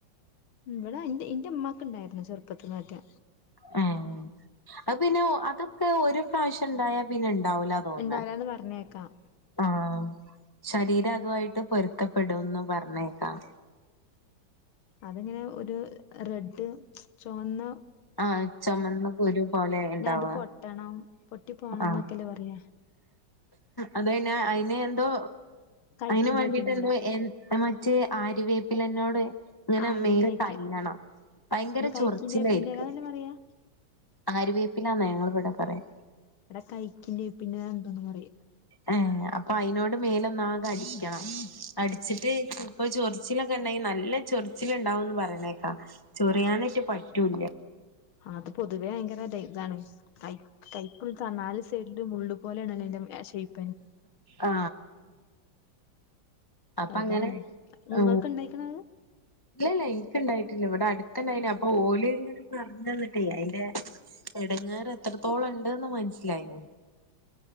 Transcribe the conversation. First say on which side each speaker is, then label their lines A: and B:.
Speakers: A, on the left; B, on the left.
A: ഇവിടാ ഇന്റെ ഇന്റെ ഉമ്മാക്ക് ഇണ്ടാരുന്നു ചെറുപ്പത്തിൽ ഒക്കെ
B: ആഹ് അത്പിന്നെ അതൊക്കെ ഒരു പ്രാവശ്യം ഇണ്ടായാ പിന്നെണ്ട് ണ്ടാവൂലാ തോന്നണെ
A: ഉണ്ടാവില്ലാന്ന് പറഞ്ഞേക്കാം
B: ആഹ് ശരീരം അതുവായിട്ട് പൊരുത്തപ്പെടുംന്ന് പറഞ്ഞേക്കാം.
A: അതങ്ങനെ ഒരു റെഡ് ചൊവന്ന
B: ആഹ് ചൊമന്ന കുരു പോലെ ഇണ്ടാവ
A: പിന്നെ അത് പൊട്ടണം പൊട്ടി പോണംന്നൊക്കല്ലേ
B: ആഹ്
A: പറയാ
B: അതയ്ന് ഐന് ന്തോ
A: കൈക്കിന്റെ
B: ഐന് വേണ്ടീട്ട്
A: വേപ്പിന്റെല
B: എന്തോ എ മറ്റേ ആരിവേപ്പിലനോട് ഇങ്ങനെ
A: ആ അയിന്
B: മേൽ
A: കൈക്ക്
B: തല്ലണം ഭയങ്കര
A: കൈക്കിന്റെ
B: ചൊറിച്ചിലായിരിക്കും
A: വേപ്പിന്റെലന്നല്ലേ പറയാ
B: ആര്യവേപ്പിലാന്നാ ഞങ്ങള് ഇവടെ പറയാ
A: വടെ കൈക് പിന്നെ പിന്നെ എന്തോന്ന് പറയും
B: ഏ അപ്പൊ അയ്നോട് മേലൊന്നാകെ അടിക്കണം അടിച്ചിട്ട് ഇപ്പൊ ചൊറിച്ചിലൊക്കെ ണ്ടെങ്കി നല്ല ചൊറിച്ചില് ഉണ്ടാവൂന്ന് പറഞ് യേണേക്ക ചൊറിയാനേറ്റെ പ റ്റൂല
A: ആ അത് പൊതുവേ ങ്കരതേയ് അതാണ് കൈ <unintelligible> മുള്ള് പോലെയണല്ലോ ഐന്റെ <unintelligible>
B: ആ അപ്പ
A: അതാണ്
B: അങ്ങനെ
A: നിങ്ങൾക്ക്
B: ആ
A: ഉണ്ടായിക്കണത്
B: ഇല്ലല്ല ഇൻക്ക് ണ്ടായിട്ടില്ല ഇവ്ടെ അട്ത്ത്ണ്ടായിന് അപ ഓല് ങ്ങനെ പറഞ്ഞന്ന്ട്ടയ്‌ അയ്ലെ എടങ്ങേറ് എത്രത്തോളണ്ട്ന്ന് മനസ്സിലായി